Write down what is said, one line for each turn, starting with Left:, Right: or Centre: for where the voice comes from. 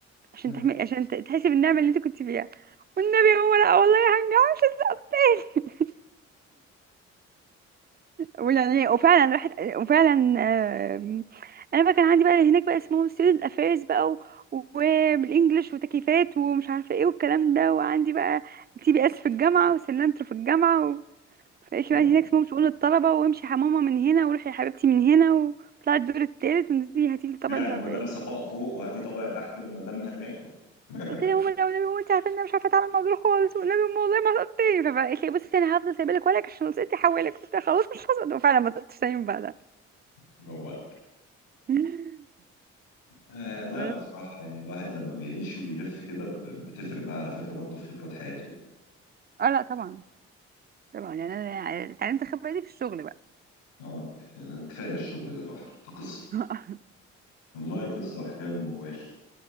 Right: عشان
Left: يلا
Right: تحمي عشان ت- تحسي بالنعمه اللي انت كنت فيها والنبي هو لا والله هنجح <laughs> ويعني وفعلا راحت وفعلا آم، انا بقى كان عندي بقى هناك بقى اسمهم ستودنت افيرز بقى و- وبالانجلش وتكييفات ومش عارفه ايه والكلام ده وعندي بقى تي بي اس في الجامعه وسلنترو في الجامعه مبقاش
Left: اه
Right: بقى هناك اسمهم شؤون الطلبة وامشي يا ماما من هنا وروحي يا حبيبتي من هنا وطلع الدور التالت ونزلي هاتي لي طبعا
Left: دي عند
Right: مش عارفة
Left: مدام
Right: ايه
Left: صفاء فوق وهاتي طابع تحت من مدام هناء <laughs>
Right: قلت لها يا ماما لا والنبي يا ماما انت عارفة ان انا مش عارفة اتعامل مع دول خالص والنبي يا ماما والله ما هسقطتني فقالت لي بصي انا هفضل سايبه لك ورقك عشان لو سقطتي حوالك قلت لها خلاص مش هسقط وفعلا ما سقطتش تاني من بعدها
Left: برافو عليك
Right: <laughs>
Left: آه لا
Right: بس
Left: بصراحة يعني الواحد لما بيعيش وبيلف كده ب- بتفرق معاه على فكرة برضه في خبرات حياته يعني
Right: اه لا طبعا طبعا يعني انا اتعلمت الخبرة دي في الشغل بقى
Left: اه يعني، آه، كفاية الشغل ده لوحده ده قصة
Right: <laughs>
Left: والله قصة وحكاية وموال